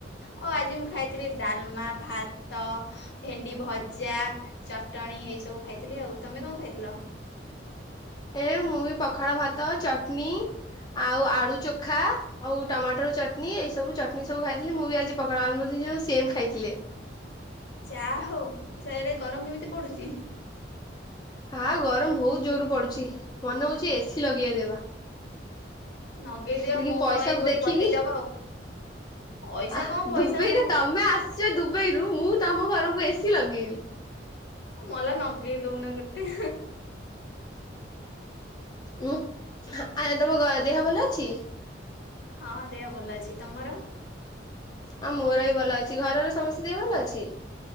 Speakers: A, on the left; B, on the left.
A: ଓ ଆଜି ମୁଁ ଖାଇଥିଲି ଡାଲମା ଭାତ ଭେଣ୍ଡି ଭଜା ଚଟଣୀ ଏଇ ସବୁ ଖାଇଥିଲି ଆଉ ତମେ କଣ ଖାଇଥିଲ?
B: ଏ ମୁଁ ବି ପଖାଳ ଭାତ ଚଟନି ଆଉ ଆଳୁ ଚୋଖା। ଆଉ ଟମାଟୋ ଚଟନୀ ଏଇ ସବୁ ଚଟଣି ସବୁ ଖାଇଥିଲି ମୁଁ ବି ଆଜି ପଖାଳ ଆମେ ଦିଜଣ ସେମ୍ ଖାଇଥିଲେ।
A: ଯାଆ ହଉ ସେଇଆଡ଼େ ଗରମ କେମିତି ପଡୁଛି?
B: ହାଁ ଗରମ ବହୁତ ଜୋର ପଡୁଛି ମନେ ହଉଛି ଏସି ଲଗେଇ ଦେବା।
A: ନଗେଇଦିଅ
B: ଲେକିନ
A: ମୋ
B: ପଇସାକୁ
A: ପାଇଁ ଗୋଟେ
B: ଦେଖିକି
A: ପଠେଇଦବ ଆଉ। ପଇସା
B: ଆ
A: କଣ
B: ଦୁବଇରେ
A: ପଇସା ମୋ
B: ତମେ ଆସିଛ ଦୁବାଇରୁ ମୁଁ ତମ ଘରକୁ ଏସି ଲଗେଇବି।
A: ମଲା ନଗେଇ ଦଉନା ଗୋଟେ।
B: ଉଁ ଆଜ୍ଞା ତମ ଗ ଦେହ ଭଲ ଅଛି?
A: ହଁ ହଁ ଦେହ ଭଲ ଅଛି ତମର?
B: ଆଉ ମୋର ବି ଭଲ ଅଛି ଘରର ସମସ୍ତ ଦେହ ଭଲ ଅଛି?